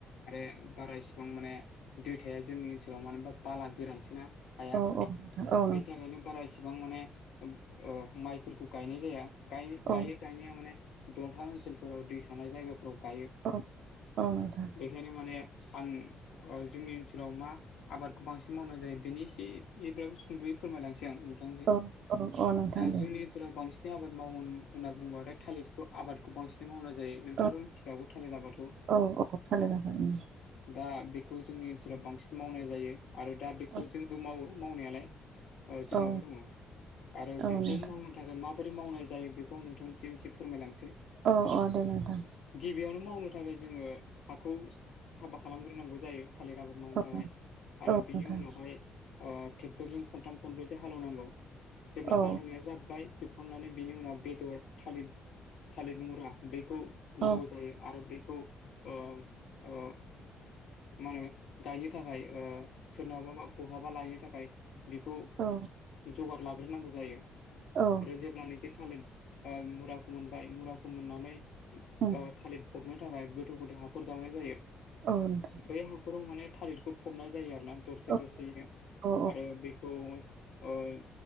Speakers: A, on the left; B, on the right.
A: आरो बारा गोबां माने दै थाया जोंनि ओनसोलाव मानो होनबा बाला गोरानसोना हाया
B: अ
A: बेनि थाखायनो बारा इसिबां माने ओ माइफोरखौ गायनाय जाया गायो
B: औ नोंथां औ
A: गायो गायनाया माने दमफाङा ओनसोल फोराव दै थानाय जायगाफोराव गायो
B: औ औ नोंथां
A: बेखायनो माने आं जोंनि ओनसोलाव मा आबादखौ बांसिन मावनाय जायो बेनि एसे <unintelligible> सुंद'यै फोरमायलांसै आं नोंथांजों
B: औ औ औ नोंथां
A: दा
B: दे
A: जोंनि <unintelligible> बांसिन आबाद मावोमोन होनना बुंबाथाय थालिरखौ आबाद खौ बांसिनै मावनाय जायो नोंथाङाथ'
B: औ
A: मिथिखागौ थालिर आबादखौ
B: औ औ थालिर
A: अ।
B: आफादनि
A: दा बेखौ जोंनि ओनसोलाव बांसिन मावनाय जायो आरो दा बेखौ
B: औ
A: जोंबो मावो मावनायालाय। ओ जोंनावबो
B: औ
A: दङ आरो
B: औ
A: बेखौ
B: नोंथां
A: माव थाखाय माबोरै मावनाय जायो बेखौ नोंथांसिम एसे फोरमायलांसै।
B: अ-अ दे नोंथां।
A: गिबियावनो मावनो थाखाय जोङो हाखौ साफा खालामग्रोनांगौ जायो। थालिर आबाद मावनो
B: औ
A: थाखाय आरो
B: औ
A: बिनि
B: नोंथां
A: उनावहाय अ ट्रेक्टरजों खनथाम खनब्रैसो हाल एवनांगौ जेब्ला
B: औ
A: हाल एवनाया जाब्बाय जोब खांनानै बेनि उनाव बेदर थालिर-थालिर मुरा बेखौ नांगौ
B: औ
A: जायो आरो बेखौ अ-अ मा होनो गायनो थाखाय ओ सोरनावबाबा बहाबा लायनो थाखाय बेखौ
B: औ
A: जगार लाग्रोनांगौ जायो।
B: औ
A: आरो जेब्लानोखि थालिर ओ मुराखौ मोनबाय मुराखौ मोननानै
B: उम
A: ओ थालिर फबनो थाखाय गोथौ-गोथौ हाखर जावनाय जायो।
B: औ नोंथां।
A: बे हाखराव माने थालिरखौ फबनाय जायो आरो ना दरसे
B: औ
A: दरसेयैनो
B: औ
A: आरो बेखौ ओय